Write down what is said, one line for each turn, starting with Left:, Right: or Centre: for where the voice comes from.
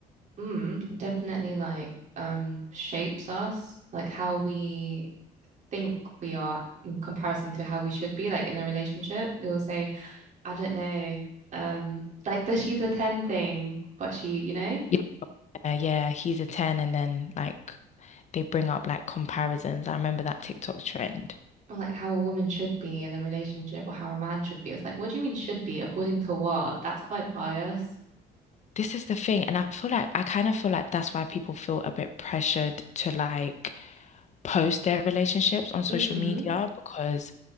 Right: Mm, definitely like um shapes us, like how we think we are in comparison to how we should be like in a relationship. It will say I don't know, um, like the she's a 10 thing, but she, you know,
Left: Yeah. Uh, yeah, he's a 10 and then like they bring up like comparisons. I remember that TikTok trend.
Right: or like how a woman should be in a relationship or how a man should be. It's like, what do you mean should be? According to what? That's quite biased.
Left: This is the thing, and I feel like I kind of feel like that's why people feel a bit pressured to like post their relationships on social
Right: Mm-hmm.
Left: media because